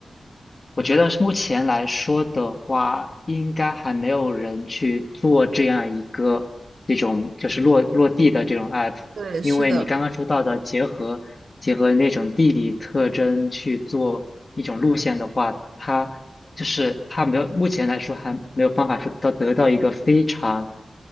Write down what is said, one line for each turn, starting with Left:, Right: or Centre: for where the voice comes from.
Left: 我觉得是目前来说的话，应该还没有人去做这样一个这种就是落落地的这种 app，
Right: <laughs> 对，
Left: 因为你刚刚说到的结合结合那种地理特征去做一种路线的话，
Right: 是的，
Left: 它就是它没有目前来说还没有办法说到得到一个非常